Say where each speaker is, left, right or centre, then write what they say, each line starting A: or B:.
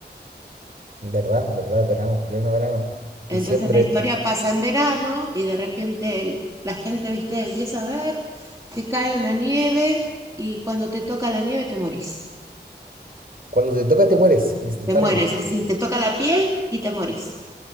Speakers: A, on the right; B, on the right.
A: ¿Verdad? ¿Verdad? Verano, pleno verano.
B: Entonces
A: Diciembre.
B: la historia pasa en verano y de repente el- la gente, viste, empieza a ver que cae una nieve y cuando te toca la nieve te morís.
A: Cuando te toca te mueres instantáneamente.
B: Te mueres así, te toca la piel y te morís.